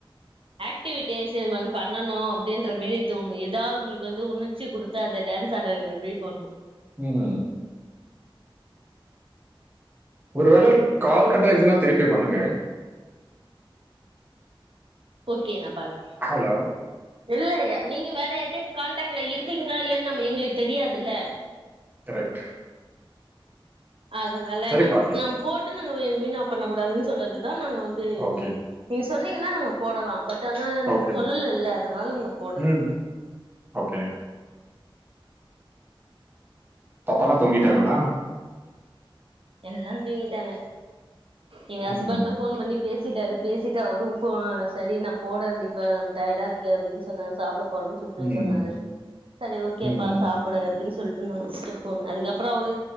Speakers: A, on the right; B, on the right.
A: ஆக்டிவிட்டேஷன் வன் பண்ணணு அப்டின்ற மேரி தோணு எடு தா அவுங்களுக்கு வந்து உணர்ச்சி குடுத்து அத டான்ஸ் ஆட வெக்கிற மாரி பண்ணு
B: ம் ஒரு வேள க்கால் கட்டாயிருச்சுன்னா திருப்பி பண்ணுங்க
A: ஓகே நா பண்ற
B: ஹலோ
A: இல்லயே நீங்க வேற எப்டி கான்டாக்ட்ல இருக்கீங்களா இல்லையான்னு நம்ம எங்குளுக் தெரியாதுல்ல
B: கரெக்ட்
A: அதனால
B: சரி
A: நம்
B: பாட்டிங்
A: நம் போட்டு நாங்க வீ வீணா பண்ண கூடாதுன்னு சொல்றதுதா நாங்க வந்து
B: ஓகே
A: நீ சொன்னீங்கன்னா நாம போடலா பட் ஆனா
B: ஓகே
A: சொல்லல இல்ல அதனால நா போடல
B: ம் ஓகே பாப்பாலா தூங்கிட்டாங்களா
A: எல்லா தூங்கிட்டாங்க எங்க ஹஸ்பண்டு
B: ம்
A: போன் பண்ணி பேசிட்டாரு பேசிட்டு அவரு இப்பே சரி நா போடன்டி இப்ப டயர்டா இருக்கு அப்டின்னு சொன்னாரு சாப்ட போறென் சொல்லிட்டு
B: ம்
A: சொன்னாரு சரி ஓகேப்பா
B: ம்
A: சாப்பிடு அப்டின் சொல்ட்டு நா வெஷ்ட ஃபோனு அதுக்கப்புறோ அவரு